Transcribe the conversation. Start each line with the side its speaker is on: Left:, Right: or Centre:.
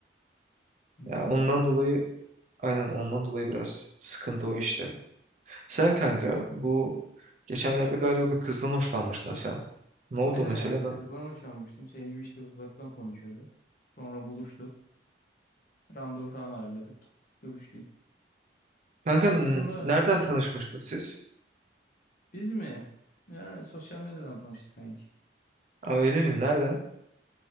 Left: ya
Right: Ya ondan
Left: öyle.
Right: dolayı
Left: mi?
Right: aynen ondan dolayı biraz sıkıntı o işte. Sen kanka bu geçenlerde galiba bir kızdan hoşlanmıştın sen. Ne
Left: Aynen
Right: oldu mesela?
Left: ya bir
Right: Ne-
Left: kızdan hoşlanmıştım. Senin gibi işte uzaktan konuşuyordu. Sonra buluştuk. Randevu falan ayarladık. Görüştük.
Right: Kanka
Left: Ya
Right: n-
Left: aslında
Right: nereden
Left: iyi-
Right: tanışmıştınız siz?
Left: biz mi? Ya sosyal medyadan tanıştık kanki.
Right: Aa, öyle mi? Nereden?